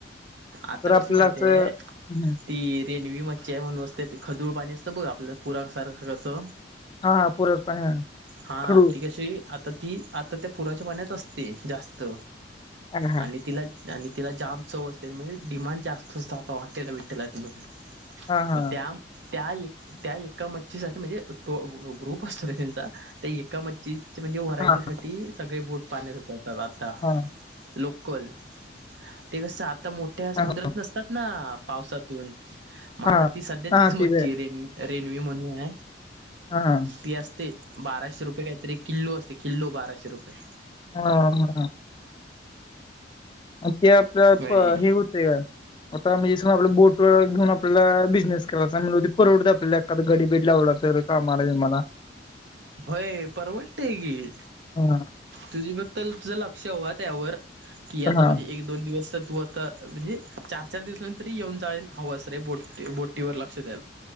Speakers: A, on the right; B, on the left.
A: आता
B: तर आपल्याला
A: कशी माहतेय
B: असं हं,
A: ती रेनवी मच्छय म्हणून असते ती खदुळ पाणी असतं बघ आपल्याला पुरा कसार कसं
B: हा हा हो पुराचे पाणी
A: हा
B: हळू
A: ती आता ती आता त्या पुराच्या पाण्यात असते जास्त
B: हा हा
A: आणि तिला आणि तिला जाम चव असते म्हणजे डिमांड जास्त असतं आता हॉटेल भिटलातन
B: हा हा
A: म त्या त्या त्या एका मच्छी साठी म्हणजे ग्रुप असतो ना त्यांचा त्या एकाम म्हणजे व्हरायटी
B: हा
A: साठी सगळे बोट पाण्यात होतात आता
B: हा
A: लोकल ते कस आता मोठ्या समुद्रात
B: हा
A: नसतात ना पावसातून मग
B: हा
A: आता ती सध्या तीच
B: हा,
A: मच्छ
B: ते बी
A: आहे रेनवी रेनवी म्हणू आहे
B: हा हा
A: ती असते बाराशे रुपये काहीतरी किल्लो असते किल्लो बाराशे रुपये
B: ह ह ते आपलं
A: होय
B: हे होतेय आता म्हणजे स आपला बोट घेऊन आपल्याला बिझनेस करायचा म्हणजे परवडत आपल्याला आ गडी बीडी लावला असल कामाला बिमाला
A: भय परवडतेय गी
B: हा.
A: तुझी फक्त तुझ लक्ष हवा त्यावर कि आता
B: हा
A: म्हजे एक दि दोन दिवस तू असता म्हणजे चार चार दिवसानंतर येऊन जान हवं अस रे बोट बट टी वर लक्ष द्याल